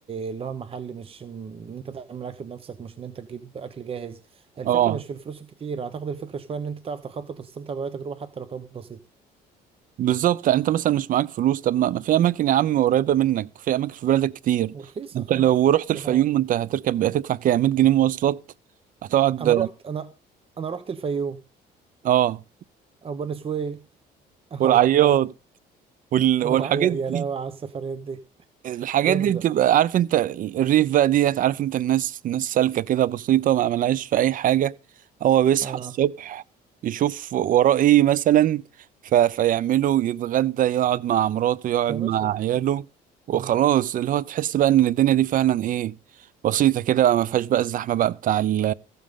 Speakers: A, on the right (about 35°); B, on the right (about 55°).
A: اللي هو المحلي مش م- ان انت تعمل اكل بنفسك مش ان انت تجيب اكل جاهز الفكرة
B: اه
A: مش في الفلوس الكتير أعتقد الفكرة شوية إن أنت تعرف تخطط وتستمتع بأي تجربة حتى لو كانت بسيطة
B: بالظبط يعني انت مثلا مش معاك فلوس طب ما ما في اماكن يا عم قريبه منك في اماكن في بلدك كتير
A: ورخيصة
B: انت لو
A: أه
B: رحت
A: دي
B: الفيوم
A: حقيقة
B: انت هتركب هتدفع كام 100 جنيه مواصلات هتقعد
A: أنا رحت أنا أنا رحت الفيوم
B: اه
A: أو بني سويف <laughs> آه،
B: والعياط
A: الله
B: وال...
A: والعيا
B: والحاجات دي
A: يا لهوي على السفريات دي <laughs>
B: الحاجات
A: جامدة
B: دي بتبقى عارف انت الريف بقى ديت عارف انت الناس الناس سالكة كده بسيطة ما ملهاش في اي حاجة هو بيصحى
A: أه
B: الصبح يشوف وراه ايه مثلا ف... فيعمله يتغدى يقعد مع مراته يقعد
A: يا
B: مع
A: باشا
B: عياله وخلاص
A: مم.
B: اللي هو تحس بقى ان الدنيا دي فعلا ايه بسيطة كده بقى ما فيهاش بقى الزحمة بقى بتاع ال...